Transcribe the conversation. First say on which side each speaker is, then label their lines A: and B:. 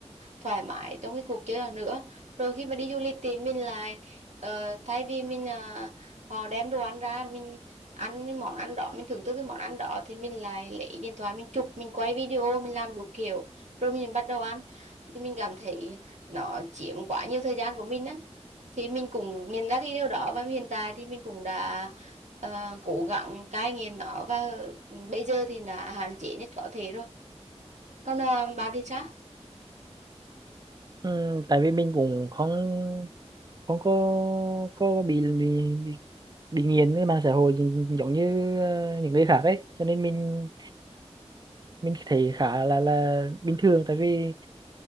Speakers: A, on the right (about 85°); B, on the right (about 35°).
A: thoải mái trong cái cuộc chơi đó nữa rồi khi mà đi du lịch thì mình lại ờ, thay vì mình ờ, họ đem đồ ăn ra mình ăn cái món ăn đó mình thưởng thức cái món ăn đó thì mình lại lấy điện thoại mình chụp mình quay video mình làm đủ kiểu rồi mình bắt đầu ăn thì mình cảm thấy nó chiếm quá nhiều thời gian của mình á thì mình cũng nhận ra cái điều đó và hiện tại thì mình cũng đã ờ, cố gắng cai nghiện nó và bây giờ thì đã hạn chế nhất có thể rồi còn ờ, bạn thì sao?
B: Ừ, tại vì mình cũng không không có có bị bị bị, bị nghiện cái mạng xã hội gi- giống như ờ, những người khác ấy cho nên mình mình thấy khá là là bình thường tại vì